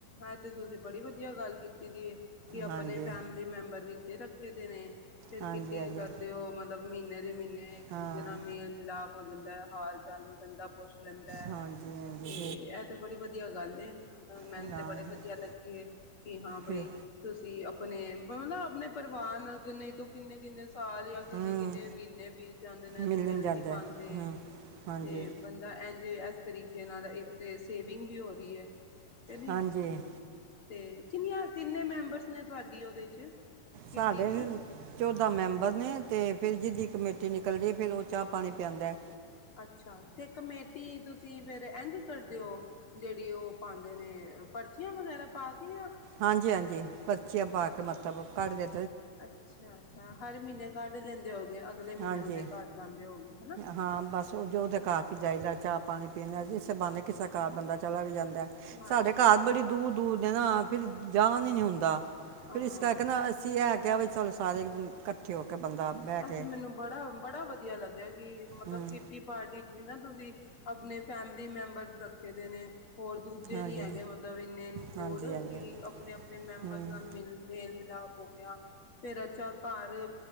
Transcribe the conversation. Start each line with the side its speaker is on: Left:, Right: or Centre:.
Left: ਇਹ ਤੇ ਤੁਸੀਂ ਬੜੀ ਵਧੀਆ ਗੱਲ ਕੀਤੀ। ਦੀ ਕਿ ਆਪਣੇ
Right: ਹਾਂਜੀ
Left: ਫੈਮਿਲੀ ਮੈਂਬਰ ਵਿੱਚ ਰੱਖੇ ਦੇ ਨੇ। ਫੇਰ
Right: ਹਾਂਜੀ
Left: ਕਿੱਟੀ
Right: ਹਾਂਜੀ
Left: ਕਰਦੇ ਹੋ, ਮਤਲਬ ਮਹੀਨੇ ਦੇ ਮਹੀਨੇ ਇੱਕ ਦੂਜੇ
Right: ਹਾਂ
Left: ਨਾਲ ਮੇਲ ਮਿਲਾਪ ਹੋ ਜਾਂਦਾ ਐ। ਹਾਲ- ਚਾਲ ਵੀ ਬੰਦਾ ਪੁੱਛ ਲੈਂਦਾ ਐ।
Right: ਹਾਂਜੀ ਹਾਂਜੀ
Left: ਤੇ ਇਹ ਤੇ ਬੜੀ ਵਧੀਆ ਗੱਲ ਏ, ਮਤਲਬ ਮੈਨੂੰ
Right: ਫਿਰ ਹਾਂ,
Left: ਤੇ ਬੜੇ ਵਧੀਆ ਲੱਗੀ ਹੈ, ਕਿ ਹਾਂ ਬਈ
Right: ਫਿਰ
Left: ਤੁਸੀਂ ਆਪਣੇ ਮਤਲਬ, ਆਪਣੇ ਪਰਿਵਾਰ ਕਿੰਨੇ ਤੋਂ ਕਿੰਨੇ-ਕਿੰਨੇ ਸਾਲ ਜਾਂ ਕਿੰਨੇ-ਕਿੰਨੇ
Right: ਹੂੰ
Left: ਮਹੀਨੇ ਬੀਤ ਜਾਂਦੇ ਨੇ, ਅਸੀਂ
Right: ਮਿਲਣ
Left: ਮਿਲ
Right: ਜਾਂਦਾ
Left: ਨਹੀਂ ਪਾਉਂਦੇ
Right: ਹੂੰ ਹਾਂਜੀ
Left: ਤੇ ਐਂਜ ਇਸ ਤਰੀਕੇ ਨਾਲ ਇੱਕ ਤਾਂ ਸੇਵਿੰਗ ਵੀ ਹੋ ਰਹੀ ਹੈ। ਕ ਨਹੀਂ?
Right: ਹਾਂਜੀ
Left: ਤੇ ਕਿੰਨੀਆਂ ਕਿੰਨੇ ਮੈਂਬਰਸ ਨੇ ਤੁਹਾਡੀ ਉਹਦੇ 'ਚ? ਕਿੱਟੀ
Right: ਸਾਡੇ
Left: ਚ
Right: ਚੌ ਦਾ ਮੈਂਬਰ ਨੇ ਤੇ ਫਿਰ ਜਿਦੀ ਕਮੇਟੀ ਨਿਕਲਦੀ ਏ। ਫੇਰ ਉਹ ਚਾਹ- ਪਾਣੀ ਪਿਆਦਾ।
Left: ਅੱਛਾ! ਤੇ ਕਮੇਟੀ ਤੁਸੀਂ ਫਿਰ ਤੇ ਇੰਝ ਕਦੇ ਓ। ਜਿਹੜੀ ਉਹ ਪਾਉਂਦੇ ਨੇ ਪਰਚੀਆਂ ਵਗੈਰਾ ਪਾ ਕੇ। ਆ
Right: ਹਾਂਜੀ-ਹਾਂਜੀ, ਪਰਚੀਆਂ ਪਾ ਕੇ ਮਤਲਬ ਕੱਢਦੇ।
Left: ਅੱਛਾ-ਅੱਛਾ, ਹਰ ਮਹੀਨੇ ਕੱਢ ਲੈਂਦੇ ਹੋਗੇ ਅਗਲੇ
Right: ਹਾਂਜੀ
Left: ਮਹੀਨੇ ਉਹਦੇ ਘਰ ਜਾਂਦੇ ਹੋਗੇ। ਹਨਾ
Right: ਹਾਂ, ਬਸ ਉਹ ਜੋ, ਉਹ ਤਾਂ ਕਾਫ਼ੀ ਚਾਹੀਦਾ ਚਾਹ -ਪਾਣੀ ਪੀਣ।
Left: ਅੱਛਾ
Right: ਇਸੇ ਬਾਣੇ ਕਿਸ ਦੇ ਘਰ ਬੰਦਾ। ਚਲਾ ਵੀ ਜਾਂਦਾ।
Left: ਹਾਂਜੀ
Right: ਸਾਡੇ ਘਰ ਬੜੀ ਦੂਰ- ਦੂਰ ਦੇ ਨਾ ਫਿਰ ਜਾਨ ਹੀ ਨੀ ਹੁੰਦਾ।
Left: ਹਾਂ
Right: ਫਿਰ ਇਸ ਕਰਕੇ ਨਾ, ਅਸੀਂ ਇਹ ਕਿਹਾ ਚਲ ਸਾਰੇ ਦਿਨ ਇਕੱਠੇ ਹੋ। ਕੇ ਬੰਦਾ ਬਹਿ
Left: ਆ
Right: ਕੇ
Left: ਤੇ ਮੈਨੂੰ ਬੜਾ, ਬੜਾ ਵਧੀਆ ਲੱਗਿਆ ਕਿ, ਮਤਲਬ
Right: ਹੂੰ
Left: ਕੀਟੀ ਪਾਰਟੀ। ਵੀ ਨਾ, ਤੁਸੀਂ ਆਪਣੇ ਫੈਮਿਲੀ ਮੈਂਬਰਸ ਰੱਖੇ ਦੇ ਨੇ। ਹੋਰ ਦੂਜੇ ਨੀ
Right: ਹਾਂਜੀ
Left: ਹੈਗੇ, ਮਤਲਬ ਇੰਨੇ ਇਨਕਲੂਡ
Right: ਹਾਂਜੀ ਹਾਂਜੀ
Left: ਕਿ ਆਪਣੇ- ਆਪਣੇ ਮੈਂਬਰਸ
Right: ਹੂੰ
Left: ਨਾਲ ਮਿਲ ਮੇਲ- ਮ ਹੋ ਗਿਆ ਫੇਰ ਅੱਛਾ ਘਰ